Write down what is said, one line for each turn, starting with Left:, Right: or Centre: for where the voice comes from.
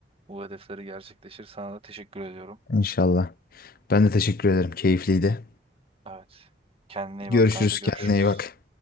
Right: bu hedefleri gerçekleşir. Sana da teşekkür ediyorum.
Left: İnşallah. Ben de teşekkür ederim. Keyifliydi.
Right: Evet. Kendine iyi
Left: Görüşürüz.
Right: bak kanka. Görüşürüz.
Left: Kendine iyi bak.